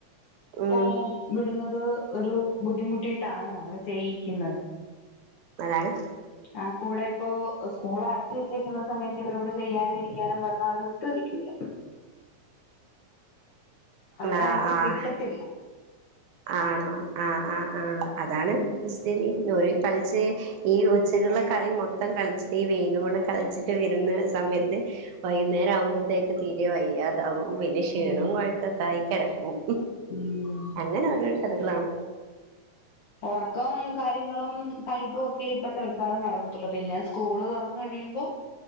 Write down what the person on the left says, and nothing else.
ഏഹ് വിടുന്നത് ഒരു ബുദ്ധിമുട്ടിട്ടാണ് നമ്മള് ചെയ്യിക്കുന്നത്
ആഹ് കൂടെ ഇപ്പോ സ്കൂള് അടച്ച വെച്ചിക്കുന്ന സമയത്ത് ഇവരോട് ചെയ്യാനും ഇരിക്കാനും പറഞ്ഞ അവര് കയിക്കൂല്ലാ അവരെ
നമുക്ക്
കിട്ടത്തില്ല
ഉം
ഉം
ഉം
ഒറക്കവും കാര്യങ്ങളും കഴിപ്പ് ഒക്കെ ഇപ്പ തല്ക്കാലം നടക്കത്തൊള് പിന്നെ സ്കൂള് തൊറന്ന് കഴിയ്മ്പം